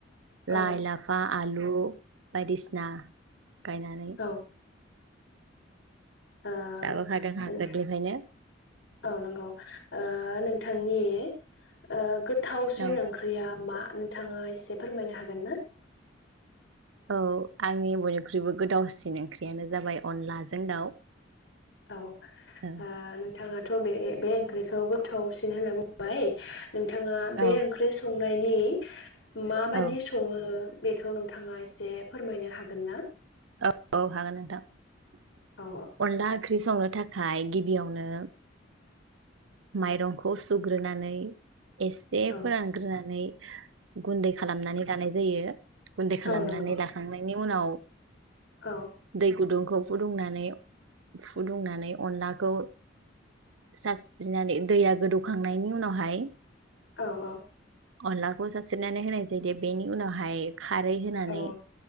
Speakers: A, on the left; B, on the right.
A: औ
B: लाइ, लाफा, आलु बायदि सिना गायनानै
A: ओ ओ
B: जाबोखादोंखा
A: नोंथां
B: गोरलैनिफ्रायनो
A: औ नंगौ ओ नोंथांनि ओ । गोथावसिन
B: औ
A: ओंख्रिया मा? नोंथाङा एसे फोरमायनो हागोन ना?
B: औ आंनि बयनिख्रुइबो गोथावसिन ओंख्रियानो जाबाय अनलाजों दाउ
A: औ ओ
B: औ
A: नोंथाङा बे ओंख्रिखौ गोथावसिन । सिन होनना बुंबाय नोंथाङा बे
B: औ
A: ओंख्रि सं नायनि माबादि
B: औ
A: सङो? बेखौ नोंथाङा एसे फोरमायनो हागोन ना?
B: औ औ हागोन नोंथां ।
A: औ
B: अनला ओंख्रि संनो थाखाय गिबियावनो माइरंखौ सुग्रोनानै एसे
A: औ
B: फोरानग्रोनानै गुनदै खालामनानै लानाय जा यो गुनदै
A: औ
B: खालामनानै
A: नंगौ
B: लाखांनायनि उनाव
A: औ
B: दै गुदुंखौ फुदुंनानै फुदुंनानै अनलाखौ सा सिफ्रिनानै दैया गोदौखांनायनि उनावहाय
A: औ औ
B: अनलाखौ सारस्रोनानै होनाय जायो बेनि उनावहाय खारै होनानै
A: औ